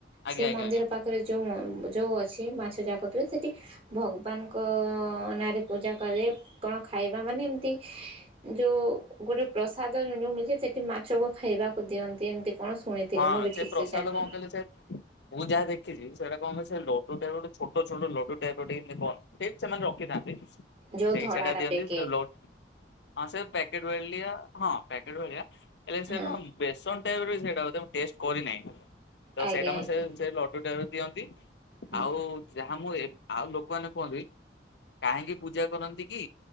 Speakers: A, on the left; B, on the right.
A: ଆଜ୍ଞା
B: ସେ
A: ଆଜ୍ଞା
B: ମନ୍ଦିର
A: ଆଜ୍ଞା।
B: ପାଖରେ ଯୋଉ ଯେଉଁ ଅଛି ମାଛ ଯାଗତୁଏ ସେଠି ଭଗବାନଙ୍କ ନାଁରେ ପୂଜା କରାଯାଏ। କଣ ଖାଇବା ମାନେ ଏମତି ଯୋଉ ଗୋଟେ ପ୍ରସାଦ ଯୋଉ ମିଳିଛି ସେଠି ମାଛକୁ ଖାଇବାକୁ ଦିଅନ୍ତି ଏମିତି କଣ ଶୁଣିଥିଲି
A: ହଁ
B: ମୁଁ ବି
A: ସେ
B: ଠିକ୍
A: ପ୍ରସାଦ
B: ଜାଣିନି।
A: କଣ କହିଲେ ସେ ମୁଁ ଯାହା ଦେଖିଛି ସେଟା କମ ସେ ଲୁ ଟାଇପ ଗୋଟ ଛୋଟ ଛୋଟ ଲୁ ଟାଇପ ର ଟେମି କହନ ସେଇଠ ସେମାନେ ରଖିଥାନ୍ତି ସେଇ
B: ଯୋଉ ଧଳାଟା
A: ସେଇଟା ଦିଅନ୍ତି
B: ପ୍ୟାକେଟ
A: ଲୋ ହଁ ସେ ପ୍ୟାକେଟ୍ ବେଳଲିଆ ହଁ ପ୍ୟାକେଟ ଭଳିଆ ଏ ସେ
B: ହଁ
A: କ ବେେଶଣ୍ ଟା ଏବ ସେଟ ଟେଷ୍ଟ କରି ନାହିଁ ତ
B: ଆଜ୍ଞା
A: ସେଇଟା
B: ଆଜ୍ଞା
A: ମ ସେ ସେ ଲଟୁ ଟାଇପ ର ଦିଅନ୍ତି
B: ହୁଁ
A: ଆଉ ଯ ହ ମୁଁ ଆଉ ଲୋକମାନୋନ କୁହନ୍ତି କାହିଁକି ପୂଜା କରନ୍ତି କି